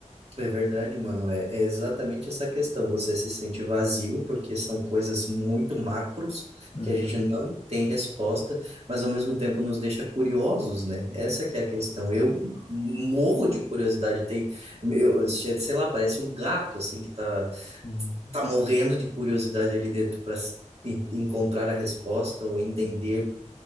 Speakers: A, on the right; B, on the left.
A: É verdade, mano. É, é exatamente essa questão. Você se sente vazio porque são coisas muito macros
B: Uhum,
A: que a gente não tem resposta, mas ao mesmo tempo nos deixa curiosos, né? Essa que é a questão. Eu morro de curiosidade. Tem, eu, sei lá, parece um gato assim que tá,
B: uhum,
A: tá morrendo de curiosidade ali dentro para encontrar a resposta ou entender
B: uhum,